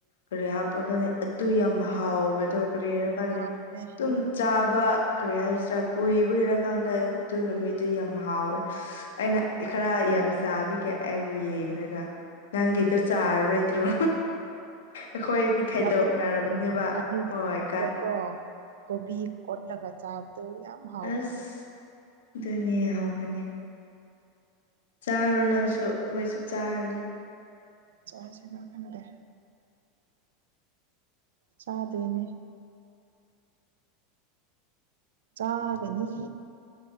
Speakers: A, on the left; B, on the right.
A: ꯀꯔꯤ ꯍꯥꯞꯄ꯭ꯔꯥ ꯈꯪꯗꯦ ꯑꯗꯨ ꯌꯥꯝ ꯍꯥꯎꯕꯥꯗꯨ ꯀꯔꯤꯔꯥ ꯈꯪꯗꯦ
B: ꯍꯥꯎꯕꯅꯦ
A: ꯇꯨꯝ ꯆꯥꯕ ꯀꯔꯤ ꯍꯥꯏꯁꯤꯔꯥ ꯀꯨꯏꯕꯒꯤꯔꯥ ꯈꯪꯁꯦ ꯑꯗꯨ ꯅꯨꯃꯤꯠꯇꯨ ꯌꯥꯝ ꯍꯥꯎꯋꯦ ꯑꯩꯅ ꯈꯔꯥ ꯌꯥꯝ ꯆꯥꯕꯒꯤ ꯑꯩꯕꯨ ꯌꯦꯡꯔꯥꯒ ꯅꯪ ꯆꯥꯔꯥꯔꯣꯏꯣꯗ꯭ꯔꯣ ꯑꯩꯈꯣꯏꯗꯤ ꯈꯥꯏꯗꯣꯛꯅꯔꯕꯅꯦꯕ
B: ꯑꯗꯨꯒ ꯑꯗꯨꯗꯀꯣ
A: ꯍꯣꯏ ꯀꯔꯥ
B: ꯀꯣꯕꯤ ꯀꯦꯠꯂꯒ ꯆꯥꯕꯗꯨ ꯌꯥꯝ ꯍꯥꯎꯋꯦꯀꯦ
A: ꯑꯁ ꯑꯗꯨꯅꯦ ꯍꯥꯎꯕꯥꯅꯦ ꯆꯥꯔꯣ ꯅꯪꯁꯨ ꯑꯈꯣꯏꯁꯨ ꯆꯥꯔꯅꯤ
B: ꯆꯥꯁꯤꯔꯥ ꯈꯪꯗꯦ ꯆꯥꯗꯣꯏꯅꯦ ꯆꯥꯒꯅꯤ